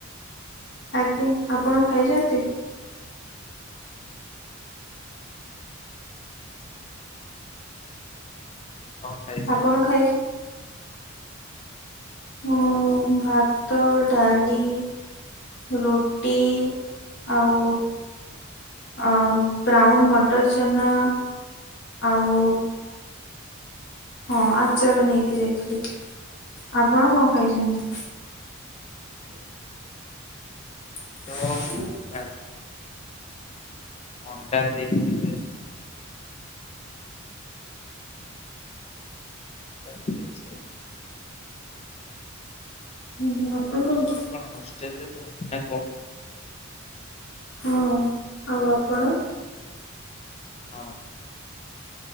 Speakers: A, on the left; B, on the left.
A: ଆଜ୍ଞା ଆପଣ ଖାଇଚନ୍ତି?
B: ହଁ ଖାଇଚି।
A: ଆପଣ ଖାଇ ମୁଁ ଭାତ ଡ଼ାଲି ରୁଟି ଆଉ ଅଁ ବ୍ରାଉନ୍ ମଟର ଚଛେନା ଆଉ ହଁ ଆଚାର ନେଇକି ଯାଇଥିଲି ଆପଣ କଣ ଖାଇଚନ୍ତି? <unintelligible>
B: ତ ଡାଲି ଅଣ୍ଡା ଦେଇଚି ଆଚ୍ଛା।
A: ହୁଁ ହୁଁ <unintelligible>
B: ଆପଣ କଣ ହଷ୍ଟେଲରେ ରୁହନ୍ତି ନା କଉଠି?
A: ହଁ ଆଉ ଆପଣ?
B: ହଁ।